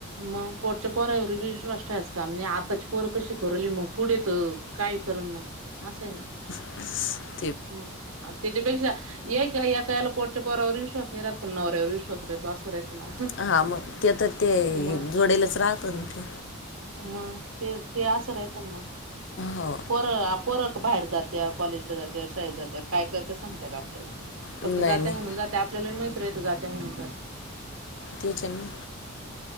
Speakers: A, on the right (about 80°); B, on the left (about 55°).
A: मग पोटच्या पोरावर विश्वास ठेवायच का नाही आताची पोर कशी करु लागले मग पुढे तर काय करण मग अस आहे
B: स.. <inaudible>
A: मग त्याच्यापेक्षा एक का एक याला पोटच्या पोरावर विश्वास नाही राहात पण नवऱ्यावर विश्वास राहतो अस राहत ना.
B: हा मग ते तर ते
A: मग
B: जोडेलच राहत ना
A: मग ते ते आस रायत ना मग
B: हो
A: पर आ पोर बाहेर जात्या कॉलेजला जात्या शाळेत जात्या काय करत सांगत्या का आपल्याला. फक्त
B: नाही
A: जात्या
B: नाही
A: म्हणून जात्या आपल्यालाही माहीत रायत जाते म्हणून
B: तोच येना.